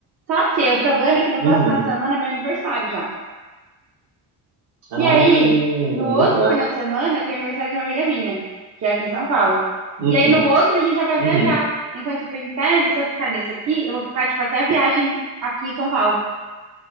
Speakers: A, on the right (about 40°); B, on the right (about 70°).
A: Só que o problema é que no
B: Uhum.
A: próximo final de semana é meu aniversário já.
B: Ah,
A: E aí,
B: é
A: no outro
B: verdade.
A: final de semana, tem aniversário de uma amiga minha, que é aqui em São Paulo.
B: Uhum.
A: E aí, no outro, a gente já vai
B: Uhum.
A: viajar. Então, tipo, em tese, se eu ficar nesse aqui, eu vou ficar, tipo, até a viagem aqui em São Paulo,